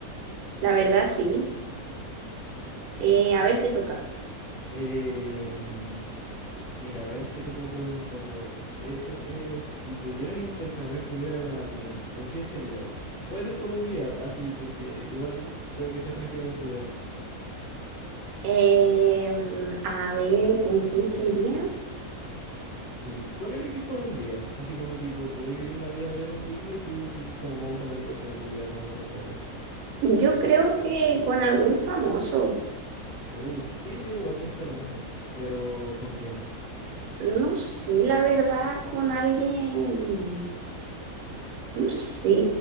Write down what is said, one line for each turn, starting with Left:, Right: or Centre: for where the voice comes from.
Right: la verdad sí. Eh, a ver, te toca.
Left: Em, mira, a ver qué te puedo preguntar yo. Eh, eh, eh, si pudieras intercambiar tu vida con alguien, ¿con quién sería? Puede ser por un día, así, porque igual puede que estés tranquilo con tu vida.
Right: Eh, a ver, ¿con quién sería?
Left: Sí, ponerle que es por un día, así como tipo, podéis vivir la vida de él un día y tú sigues como modo automático haciendo tu vida como corresponde.
Right: Yo creo que con algún famoso.
Left: Uh, sí, yo igual pensé lo mismo. Pero, ¿con quién?
Right: No sé, la verdad, con alguien. No sé.